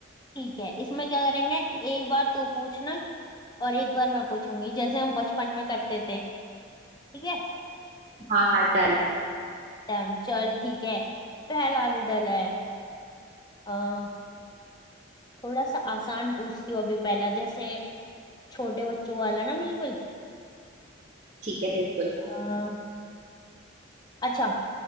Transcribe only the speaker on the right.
हाँ हाँ डन
ठीक है बिल्कुल